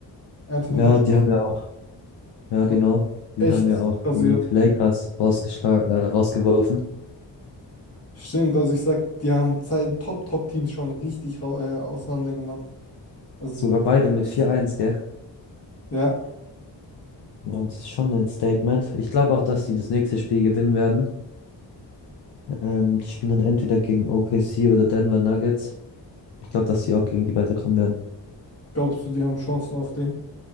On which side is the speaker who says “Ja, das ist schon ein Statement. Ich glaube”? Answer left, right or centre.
Left